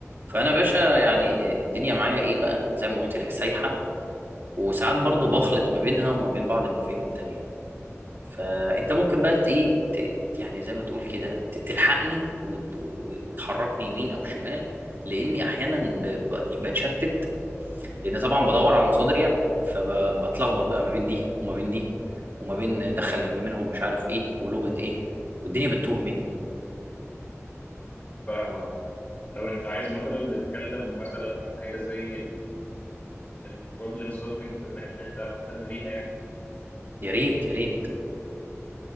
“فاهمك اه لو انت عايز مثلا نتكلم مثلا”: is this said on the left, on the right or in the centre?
Left